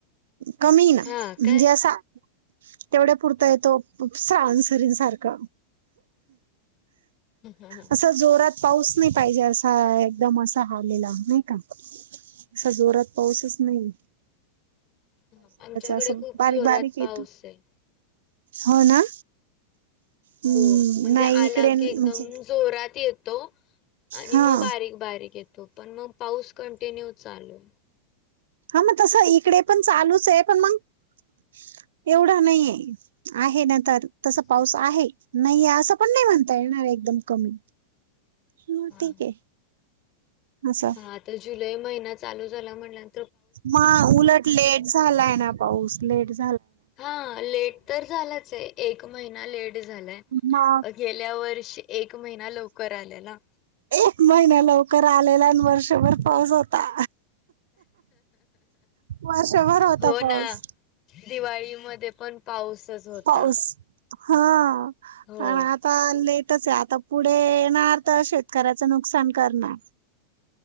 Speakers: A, on the right (about 60°); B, on the left (about 35°).
A: कमी ना
B: हा
A: म्हणजे
B: काय?
A: असा तेवढ्या पुरता येतो श्रावनसरीन सारख.
B: हा
A: असं जोरात पाऊस नाही, पाहिजे असा एकदम असा हवलेला. नाही का असा जोरात पाऊसच नाहीये.
B: ह आमच्याकडे
A: असं
B: खूप
A: बारीक
B: जोरात
A: बारीक
B: पाऊसे.
A: येतो हो ना.
B: हो
A: हम्म
B: म्हणजे
A: नाही
B: आला
A: इकडे म्हणजे
B: की एकदम जोरात येत तो आणि
A: हा
B: मग बारीक बारीक येतो पण मग पाऊस कंटिन्यू चालूय.
A: हा मग तसं इकडे पण चालूचे पण मग एवढा नाहीये आहे ना तर तस पाऊस
B: हा
A: आहे नाहीये असं पण नाही म्हणता येणार एकदम कमी. हं,
B: हा
A: ठीक आहे असं
B: हा आता जुलै महिना चालू झाला म्हणल्या न
A: म उलट लेट झालाय ना पाऊस लेट झाला.
B: हा लेट तर झालाचे एक महिना लेट झालाय
A: मग
B: गेल्या वर्षी एक महिना लवकर आलेला.
A: एक महिना लवकर आलेलाण, वर्षभर पाऊस होता. वर्षभर होता
B: हो
A: पाऊस
B: ना. दिवाळीमध्ये पण पाऊसच होता.
A: पाऊस हा
B: हो
A: पण आता लेटचे आता पुढे येणार तर शेतकऱ्याचं नुकसान करणार.